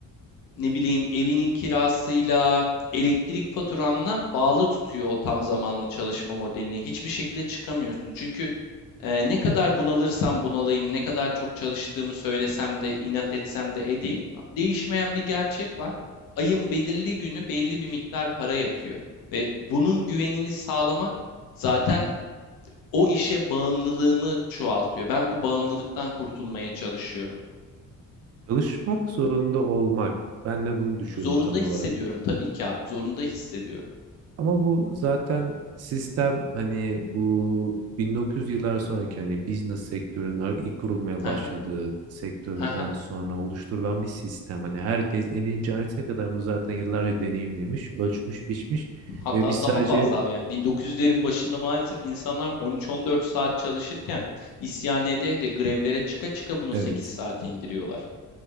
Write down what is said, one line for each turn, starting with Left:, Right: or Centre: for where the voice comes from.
Left: ne bileyim evinin kirasıyla, elektrik faturanla bağlı tutuyor o tam zamanlı çalışma modelini. Hiçbir şekilde çıkamıyorsun. Çünkü e, ne kadar bunalırsam bunalayım, ne kadar çok çalıştığımı söylesem de, inat etsem de edeyim, tamam, değişmeyen bir gerçek var. Ayın belirli günü belli bir miktar para yatıyor ve bunun güvenini sağlamak zaten o işe bağımlılığımı çoğaltıyor. Ben bu bağımlılıktan kurtulmaya çalışıyorum.
Right: Çalışmak zorunda olmak. Ben de bunu düşünüyorum
Left: Zorunda
Right: tam
Left: hissediyorum
Right: olarak.
Left: tabii ki abi, zorunda hissediyorum.
Right: Ama bu zaten sistem hani bu 1900 yıllar sonraki hani business sektörün ar- ilk kurulmaya başladığı
Left: Hı hı,
Right: sektörden
Left: hı hı.
Right: sonra oluşturulan bir sistem. Hani herkes en ince ayrıntısına kadar bunu zaten yıllarca deneyimlemiş, ölçmüş, biçmiş
Left: Hatta
Right: ve biz sadece
Left: daha fazla abi yani 1900'lerin başında maalesef insanlar 13-14 saat çalışırken isyan ede ede grevlere çıka çıka bunu
Right: evet
Left: 8 saate indiriyorlar.